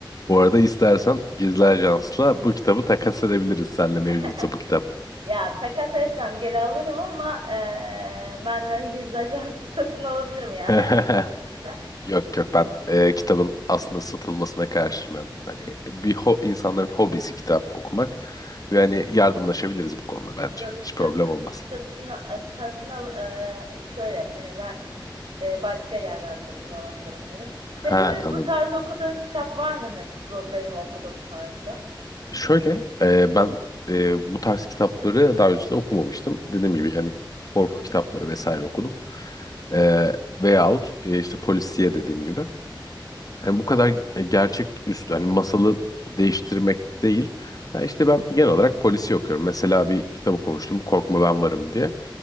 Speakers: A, on the left; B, on the right.
A: Bu arada istersen Gizli Ajans'la bu kitabı takas edebiliriz senle
B: <laughs>
A: mevcutsa bu kitap.
B: Ya takas etmem geri alırım ama eee, benden gizli ajansı <laughs> satın alabilirim ya
A: <laughs>
B: herhangi bir şekilde.
A: Yok yok ben e, kitabın aslında satılmasına karşıyım ben. Hani bir ho insanların hobisi kitap okumak ve hani yardımlaşabiliriz bu konuda bence.
B: Yok
A: Hiç
B: satın
A: problem olmaz.
B: satın satın al eee, şöyle hani ben eee, başka yerden satın alabilirim dedim. Senin
A: Ha
B: böyle
A: anladım.
B: bu tarz okuduğun kitap var mı hani bu benim okuduğum tarzda?
A: Şöyle e, ben e, bu tarz kitapları daha öncesinde okumamıştım. Dediğim gibi hani korku kitapları vesaire okudum. E, veyahut e, işte polisiye dediğim gibi. Yani bu kadar e, gerçek üstü hani masalı değiştirmek değil. Ha işte ben genel olarak polisi okuyorum. Mesela bir kitap okumuştum Korkma Ben Varım diye.